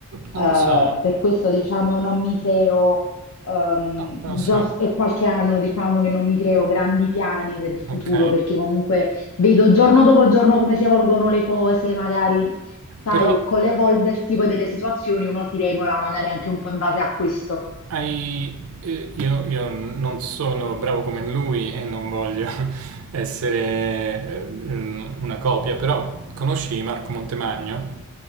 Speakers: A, on the left; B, on the right.
A: Eh,
B: Non lo so, no,
A: per questo, diciamo, non mi creo, ehm,
B: non lo so,
A: già s- è qualche anno, diciamo, che non mi creo grandi piani per il futuro,
B: ok.
A: perché comunque vedo giorno dopo giorno come si evolvono le cose, magari sai,
B: Però
A: con l'evolversi poi delle situazioni uno si regola magari anche un po' in base a questo.
B: Hai, eh, io, io non sono bravo come lui e non voglio <laughs> essere eh, una copia, però conosci Marco Montemagno?